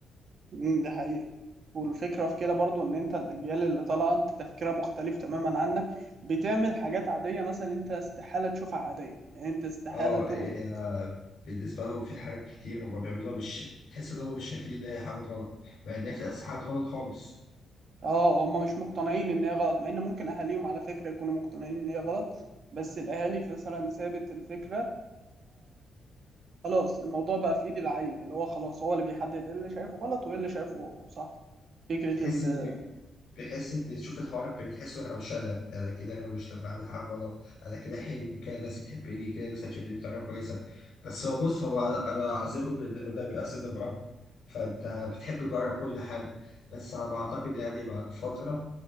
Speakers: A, on the right; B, on the left.
A: امم ده حقيقة والفكرة في كده برضو ان انت الاجيال اللي طالعة انت تفكيرها مختلف تماما عنك بتعمل حاجات عادية مثلا انت استحالة تشوفها عادية يعني انت استحالة
B: اه
A: ترقص
B: إيه،
A: مثلاً.
B: بالنسبة لهم في حاجات كتير هما بيعملوها مش تحس إن هما مش شايفين إن هي حاجة غلط مع إن هي في الأساس حاجة غلط خالص
A: اه هم مش مقتنعين ان هي غلط مع ان ممكن اهاليهم على فكرة يكونوا مقتنعين ان هي غلط بس الاهالي مثلا سابت الفكرة خلاص الموضوع بقى في ايد العيل اللي هو خلاص هو اللي بيحدد ايه اللي شايفه غلط وايه اللي شايفه صح فكرة
B: تحس
A: ال-
B: إن بحس ان تشوف الحوار بتحسه روشنه انا كده روش لما بعمل حاجه غلط انا كده حلو كده الناس تحبني كده الناس هتشوفني بطريقه كويسه بس هو بص هو انا عذره ان ده ده بيبقى سن مراهقه فانت بتحب تجرب كل حاجه بس على ما اعتقد يعني بعد فتره